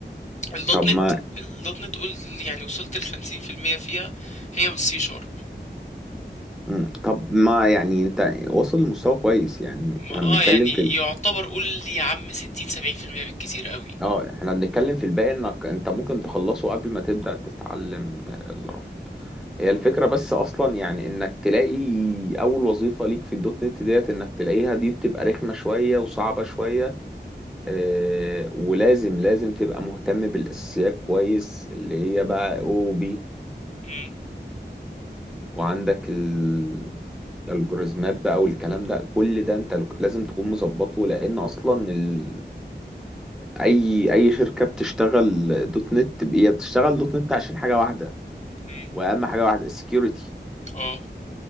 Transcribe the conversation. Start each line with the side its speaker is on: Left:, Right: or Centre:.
Left: ال .NET
Centre: طب ما
Left: ال .NET قول يعني وصلت لخمسين في المية فيها هي والسي شارب
Centre: مم. طب ما يعني انت واصل لمستوى كويس يعني
Left: ما
Centre: احنا
Left: اه
Centre: بنتكلم
Left: يعني
Centre: في ال...
Left: يعتبر قول يا عم ستين سبعين في المية بالكتير قوي
Centre: اه احنا بنتكلم في الباقي انك انت ممكن تخلصه قبل ما تبدأ تتعلم الرفع هي الفكرة بس اصلا يعني انك تلاقي اول وظيفة ليك في الدوت نت ديت انك تلاقيها دي بتبقى رخمة شوية وصعبة شوية اه ولازم لازم تبقى مهتم بالاساسيات كويس اللي هي بقى او بي
Left: مم،
Centre: وعندك ال... الالجوريزمات بقى والكلام ده كل ده انت لازم تكون مظبطه لان اصلا ال... اي اي شركه بتشتغل دوت نت هي بتشتغل دوت نت عشان حاجه واحده
Left: مم،
Centre: واهم حاجه واحده السكيورتي
Left: اه